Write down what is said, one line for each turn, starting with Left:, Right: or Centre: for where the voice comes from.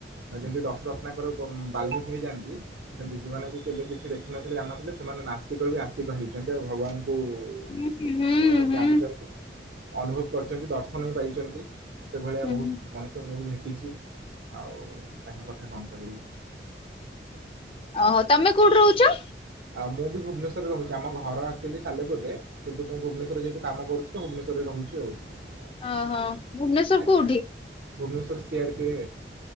Right: ଆଉ ଯେମିତି ଦଶ ରତ୍ନାଙ୍କର ବାଲ୍ମୀିକି ହେଇଯାଆନ୍ତି। ସେମିତି ଯଉମାନେ କି କେବେ କିଛି ଦେଖିନଥିଲେ ଜାନଥିଲେ ସେମାନେ ନାତିକରୁ ବି ଆସ୍ତିକ ହେଇଛନ୍ତି ଆଉ ଭଗବାନ ଓହ
Left: ହୁଁ ହୁଁ ହୁଁ
Right: ଜାଣିଛନ୍ତି। ଅନୁଭବ କରିଛନ୍ତି ଦର୍ଶନ ହଇ ପାଇଛନ୍ତି ସେଭଳିଆ
Left: ହୁଁ।
Right: ବହୁତ ମଣିଷ ମୁଁ ବି। ଟିଛି ଆଉ ତାଙ୍କ କଥା କଣ କହିବି।
Left: ଓହୋ ତମେ କୋଉଠି ରହୁଛ?
Right: ଆମେ ବି ଭୁବନେଶ୍ୱରରେ ରହୁଛି ଆମ ଘର ଆକ୍ଚୁଆଲି ସାଲେପୁର ରେ କିନ୍ତୁ ମୁଁ ଭୁବନେଶ୍ୱରରେ ଯି କାମ କରୁଛି ଭୁବନେଶ୍ୱରରେ ରହୁଚୁ ଆଉ
Left: ଓହୋ ଭୁବନେଶ୍ଵର
Right: ଆଜ୍ଞା
Left: କୋଉଠି
Right: ଭୁବନେଶ୍ୱର ସିଆର୍ପିରେ